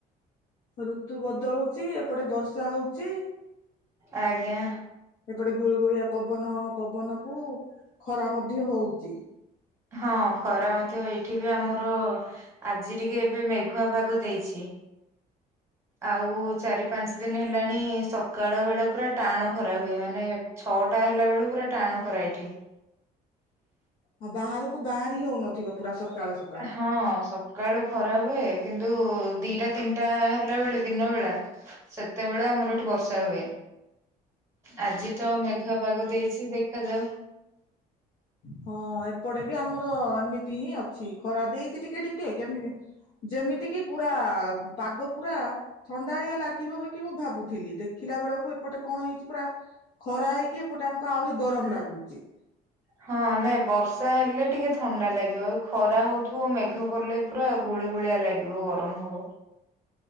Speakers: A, on the left (about 60°); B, on the right (about 15°).
A: ଋତୁ ବଦଳୁଚି, ଏପଟେ ବର୍ଷା ହଉଛି।
B: ଆଜ୍ଞା।
A: ଏପଟେ ଗୁଳୁଗୁଳିଆ ପବନ, ପବନକୁ ଖରା ମଧ୍ୟ ହଉଚି।
B: ହଁ ଖରା ମଧ୍ୟ ଏଇଠି ବି ଆମର ଆଜି ଟିକେ ଏବେ ମେଘୁଆ ପାଗ ଦେଇଛି। ଆଉ ଚାରି ପାଞ୍ଚ ଦିନ ହେଲାଣି, ସକାଳ ବେଳା ପୁରା ଟାଣ ଖରା ହୁଏ। ମାନେ ଛଅଟା ହେଲା ବେଳକୁ ପୁରା ଟାଣ ଖରା ଏଇଠି।
A: ହଁ ବାହାରକୁ ବାହାରି ହଉନଥିବ, ପୁରା ସକାଳେ ସ
B: ହଁ ସ ସକାଳୁ ଖରା ହୁଏ, କିନ୍ତୁ ଦିଟା ତିନିଟା ହେଲାବେଳେ ଦିନ ବେଳା ସେତେବେଳେ ଆମର ଏଠି ବର୍ଷା ହୁଏ। ଆଜି ତ ମେଘୁଆ ପାଗ ଦେଇଛି, ଦେଖାଯାଉ
A: ହଁ ଏପଟେ ବି ଆମର ଏମିତି ହିଁ ଅଛି, ଖରା ଦେଇଛି ଟିକେ ଟିକେ କେମ ଯେମିତି କିି ପୁରା ପାଗ ପୁରା ଥଣ୍ଡାଳିଆ ଲାଗିବ ବୋଲିକି ମୁଁ ଭାବୁଥିଲି, ଦେଖିଲା ବେଳକୁ ଏପଟେ କଣ ହେଇଛି ପୁରା ଖରା ହେଇକି, ଏପଟେ ଆମକୁ ଆହୁରି ଗରମ ଲାଗୁଛି।
B: ହଁ ନାଇଁ ବର୍ଷା ହେଲେ ଟିକେ ଥଣ୍ଡା ଲାଗିବ, ଖରା ହଉଥିବ ମେଘ କଲେ ପୁରା ଗୁଳୁଗୁଳିଆ ଲାଗିବ, ଗରମ ହବ।